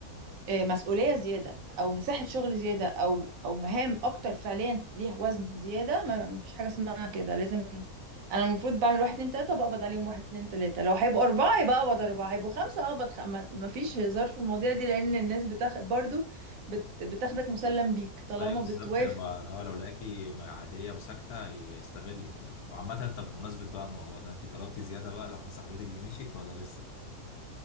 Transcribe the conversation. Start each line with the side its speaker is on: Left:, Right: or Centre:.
Right: آه، مسؤوليه زياده او مساحه شغل زياده او او مهام اكتر فعليا ليها وزن زياده ما ما فيش حاجه اسمها كده لازم انا المفروض بعمل واحد اتنين تلاته بقبض عليهم واحد اتنين تلاته لو هيبقوا اربعه يبقى اقبض اربعه هيبقوا خمسه اقبض خمسه ما فيش هزار في المواضيع دي لان الناس بتاخد برضو بت... بتاخدك مسلم بيك طالما
Left: ايوه بالظبط
Right: بتوافق
Left: هي ما- هو لو لقاكي عاديه وساكته يستغلك يعني وعامه طب بمناسبه بقى الموضوع ده انت طلبتي زياده بقى لما صاحبتك دي مشيت ولا لسه